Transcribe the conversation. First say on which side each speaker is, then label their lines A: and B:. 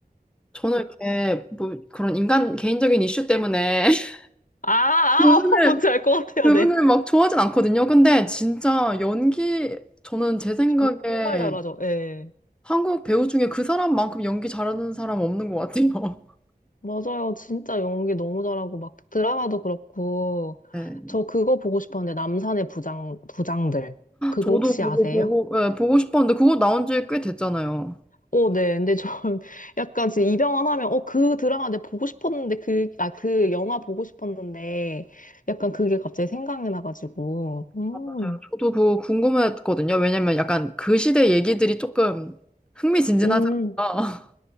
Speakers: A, in the centre; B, on the left.
A: 저는 이렇게 뭐 그런 인간 개인적인 이슈 때문에 <laughs>
B: 아, 아,
A: 그분을,
B: <laughs> 뭔지 알 것 같아요,
A: 그분을
B: 네.
A: 막 좋아하진 않거든요. 근데 진짜 연기, 저는 제 생각에
B: 정말 잘하죠, 예.
A: 한국 배우 중에 그 사람만큼 연기 잘하는 사람 없는 것 같아요. <laughs>
B: 맞아요. 진짜 연기 너무 잘하고, 막 드라마도 그렇고.
A: 네,
B: 저 그거 보고 싶었는데, 남산의 부장, 부장들. 그거
A: 저도
B: 혹시
A: 그거
B: 아세요?
A: 보고, 예, 보고 싶었는데 그거 나온 지 꽤 됐잖아요.
B: 오, 네. 근데 저 <laughs> 약간 지금 이병헌 하면, 어, 그 드라마 내가 보고 싶었는데, 그, 아, 그 영화 보고 싶었는데, 약간 그게 갑자기 생각이 나가지고. 음.
A: 아, 맞아요. 저도 그거 궁금했거든요. 왜냐면 약간 그 시대 얘기들이 조금 흥미진진하잖아요.
B: 음.
A: <laughs>